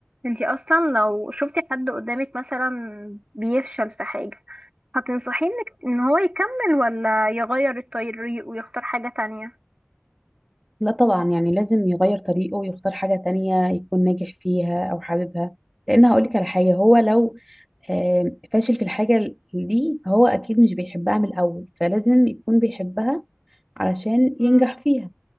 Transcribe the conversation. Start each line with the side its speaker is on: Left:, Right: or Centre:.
Right: انتي اصلا لو شفتي حد قدامك مثلا بيفشل في حاجة هتنصحيه انك ان هو يكمل ولا يغير الطريق ويختار حاجة تانية
Centre: لا طبعا يعني لازم يغير طريقه ويختار حاجة تانية يكون ناجح فيها أو حاببها لأن هقولك على حاجة هو لو آه، فاشل في الحاجة دي فهو أكيد مش بيحبها من الأول فلازم يكون بيحبها علشان
Right: مم.
Centre: ينجح فيها